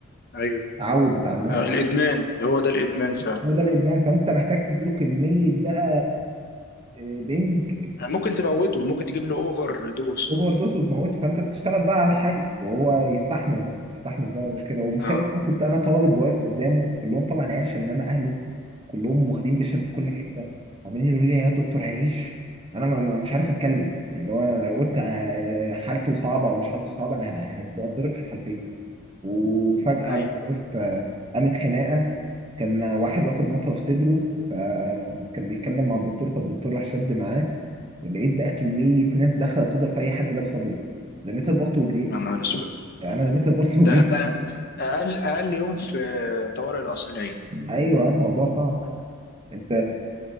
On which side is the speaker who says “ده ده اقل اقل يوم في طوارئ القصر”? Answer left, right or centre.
Left